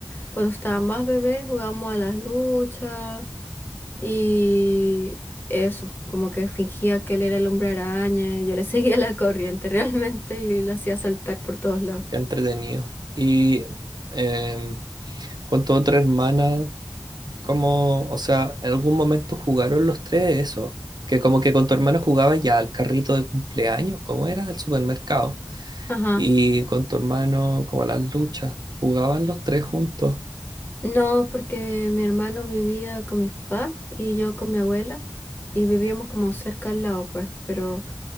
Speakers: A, on the left (about 30°); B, on the right (about 75°).
A: Cuando estaba más bebé jugamos a las luchas y eso, como que fingía que él era el hombre araña y yo le <laughs> seguía la corriente realmente y lo hacía saltar por todos lados.
B: Qué entretenido. Y em, con tu otra hermana, ¿cómo, o sea, en algún momento jugaron los tres eso? Que como que con tu hermana jugaba ya al carrito de cumpleaños, ¿cómo era? Del supermercado.
A: Ajá.
B: Y con tu hermano, como a las luchas, jugaban los tres juntos.
A: No, porque mi hermano vivía con mis papás y yo con mi abuela y vivíamos como cerca al lado, pues, pero